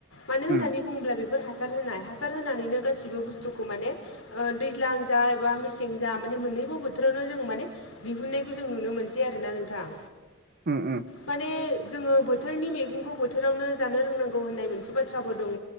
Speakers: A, on the left; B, on the right.
A: मानो होननानै
B: उम
A: बुङोब्ला बेफोर हासार होनाय हासार होनानैनो गाससिबो बुस्थुखौ माने ओ दैज्लां जा एबा मेसें जा माने मोननैबो बोथोरावनो जोङो माने दिहुननायखौ जों नुनो मोनसै आरोना नोंथां।
B: ओम ओम
A: माने जोङो बोथोरनि मैगंखौ बोथोरावनो जानो रोंनांगौ होननाय मोनसे बाथ्राबो दङ